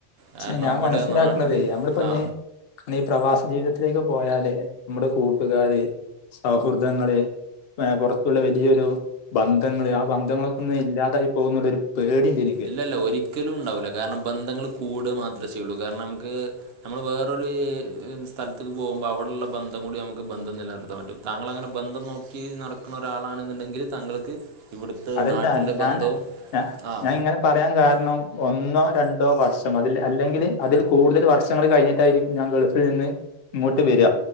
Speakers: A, on the right; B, on the left.
A: കാരണം
B: ക്ഷെ ഞാൻ
A: ഇവിടെ
B: മനസ്സിലാക്കണതേ
A: നാട്ടില്
B: നമ്മൾപ്പിഞ്
A: ആ
B: ഈ പ്രവാസ ജീവിതത്തി ത്തിലേക്ക് പോയാല് നമ്മുടെ കൂട്ടുകാാര് സൗഹൃദങ്ങള് ഏ പുറത്തുള്ള വലിയൊരു ബന്ധങ്ങള്, ആ ബന്ധങ്ങളൊക്ക ഒന്നില്ലാതായി പോകുന്നുള്ളൊരു പേടിണ്ട് എനിക്ക്
A: ഇല്ലല്ല ഒരിക്കലും ഉണ്ടാവൂല കാരണം ബന്ധങ്ങൾ കൂട മാത്ര യ്യ്ള്ളൂ കാരണമുക്ക് നമ്മൾ വേറൊരു സ്ഥലത്തക്ക് പോകുമ്പോൾ അവിടെള്ള ബന്ധം കൂടി നമുക്ക് ബ ബന്ധം നിലനിർത്താൻ പറ്റും. താങ്കളങ്ങനെ ബന്ധം നോക്കി നടക്കുന്ന ഒരാളാണെന്നുണ്ടെങ്കിൽ താങ്കൾക്ക് ഇവിടുത്തെ
B: അതല്ല
A: നാട്ടിലെ
B: ഞാൻ
A: ബന്ധവും
B: ഞാ
A: ആഹ
B: ഞാൻ ഇങ്ങനെ പറയാൻ കാരണം ഒന്നോ രണ്ടോ വർഷം അതിൽ അല്ലെങ്കിൽ അതിൽ കൂടുതൽ വർഷങ്ങൾ കഴിഞ്ഞിട്ടായിരിക്കും ഞ ൻ ഗൾഫിൽ നിന്ന് ഇങ്ങോട്ട് വെര.